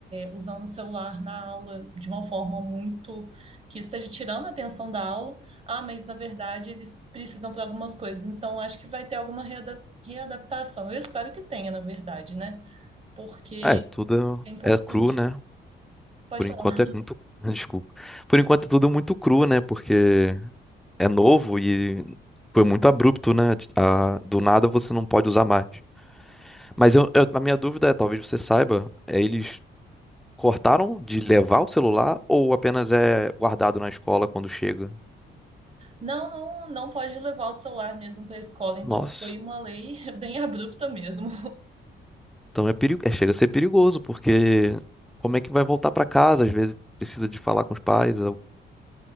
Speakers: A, on the right; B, in the centre.
A: usando o celular na aula de uma forma muito que esteja tirando a atenção da aula. Ah, mas na verdade eles precisam para algumas coisas, então acho que vai ter alguma reada- readaptação. Eu espero que tenha, na verdade, né? Porque
B: É, tudo
A: é importante.
B: é cru, né?
A: Pode
B: Por
A: falar.
B: enquanto é muito. <laughs> Desculpa. Por enquanto é tudo muito cru, né? Porque é novo e foi muito abrupto, né? a- do nada você não pode usar mais. Mas eu, eu- a minha dúvida é, talvez você saiba, é, eles cortaram de levar o celular ou apenas é guardado na escola quando chega?
A: Não, não, não pode levar o celular mesmo para a escola, então
B: Nossa.
A: foi uma lei <laughs> bem abrupta mesmo.
B: Então é perigo, é, chega a ser perigoso, porque como é que vai voltar para casa? Às vezes precisa de falar com os pais, eu